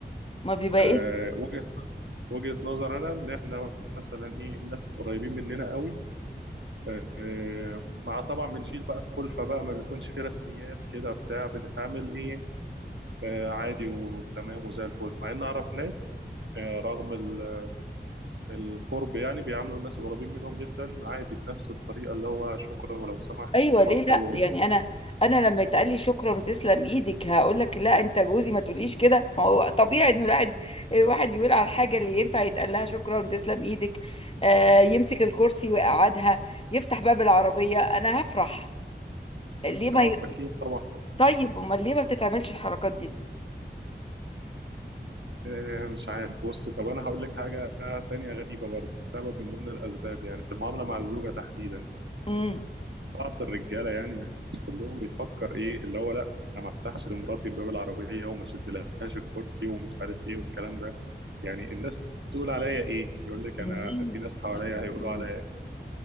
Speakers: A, on the left (about 30°); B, on the right (about 80°).
A: ما بيبقى
B: أه وجهة وجهة نظر أنا إن إحنا مثلا إيه الناس القريبين مننا قوي آه، مع طبعا بنشيل بقى الكلفة بقى ما بيكونش في رسميات كده بتاع بنتعامل ايه آه، عادي وتمام وزي الفل مع ان اعرف ناس آه، رغم ال- القرب يعني بيعاملوا الناس القريبين منهم جدا عادي بنفس الطريقة اللي هو شكرا ولو سمحت
A: ايوه
B: وتفضل
A: ليه لا يعني انا انا لما يتقال لي شكرا وتسلم ايدك هقول لك لا انت جوزي ما تقوليش كده ما هو طبيعي انه الواحد الواحد يقول على الحاجه اللي ينفع يتقال لها شكرا وتسلم ايدك آه يمسك الكرسي ويقعدها يفتح باب العربيه انا هفرح ليه ما
B: اه
A: ي...
B: اكيد طبعا
A: طيب امال ليه ما بتتعملش الحركات دي
B: آه، مش عارف بص طب انا هقول لك حاجة تانية غريبة برضه سبب من ضمن الاسباب يعني في المعاملة مع الزوجة تحديدا
A: امم
B: بعض الرجاله يعني مش كلهم بيفكر ايه اللي هو لا انا ما افتحش لمراتي باب العربيه وما اشدلهاش الكرسي ومش عارف ايه والكلام ده يعني الناس تقول عليا ايه يقول لك
A: الناس
B: انا في ناس
A: تقول
B: حواليا
A: عليه-
B: هيقولوا عليا إيه؟